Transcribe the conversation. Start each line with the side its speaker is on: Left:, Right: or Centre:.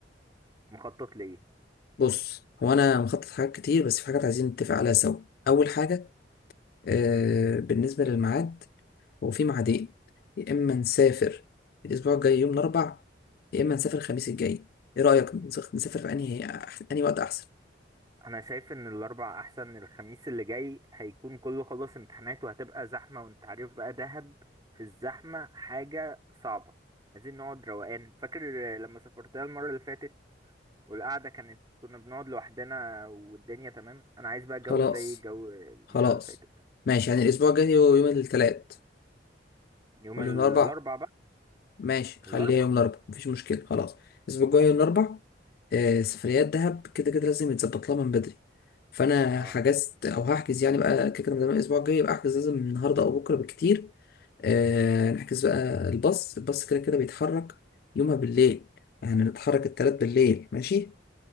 Right: المخطط ليه
Left: بص هو انا مخطط حاجات كتير بس في حاجات عايزين نتفق عليها سوا اول حاجة آه
Right: مم.
Left: بالنسبة للميعاد هو في ميعادين يا اما نسافر الاسبوع الجاي يوم الاربع يا اما نسافر الخميس الجاي ايه رأيك نسخ- نسافر في انهي أح- انهي وقت احسن
Right: انا شايف ان الاربع احسن الخميس اللي جاي هيكون كله خلص امتحانات وهتبقى زحمة وانت عارف بقى دهب في الزحمة حاجة صعبة عايزين نقعد روقان فاكر لما سافرتها المرة اللي فاتت والقعدة كانت كنا بنقعد لوحدنا والدنيا تمام انا عايز بقى جو
Left: خلاص
Right: زي الجو المرة
Left: خلاص
Right: اللي فاتت
Left: ماشي يعني الاسبوع الجاي هو يوم الثلاث
Right: يوم
Left: ولا
Right: الاربع
Left: يوم الاربع
Right: بقى
Left: ماشي خليها
Right: الاربع
Left: يوم الاربعاء مفيش مشكله خلاص الاسبوع الجاي يوم الاربعاء آه سفريات دهب كده كده لازم يتظبط لها من بدري فانا
Right: اه
Left: حجزت او هحجز يعني بقى كده كده من الاسبوع الجاي يبقى احجز لازم من النهارده او بكره بالكتير آه نحجز بقى الباص الباص كده كده بيتحرك يومها بالليل يعني نتحرك التلات بالليل ماشي